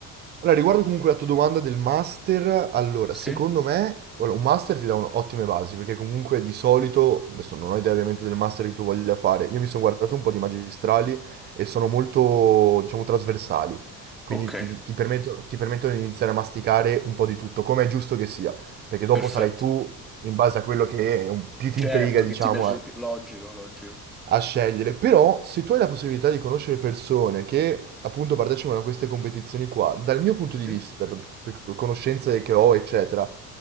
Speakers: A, on the right; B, in the centre.
A: Allora, riguardo comunque la tua domanda del master, allora,
B: Sì?
A: secondo me, ora, un master ti dà un- ottime basi, perché comunque di solito, adesso non ho idea ovviamente del master che tu voglia fare, io mi sono guardato un po' di magistrali e sono molto, diciamo, trasversali, quindi
B: Ok,
A: ti, ti permetto- ti permettono di iniziare a masticare un po' di tutto, come è giusto che sia, perché dopo
B: perfetto.
A: sarai tu, in base a quello che è un- più ti
B: Certo,
A: intriga, diciamo,
B: che ti piace
A: a
B: di più. Logico, logico.
A: a scegliere, però se tu hai la possibilità di conoscere persone che appunto partecipano a queste competizioni qua, dal mio punto
B: Sì,
A: di vista, per, per conoscenze che ho, eccetera,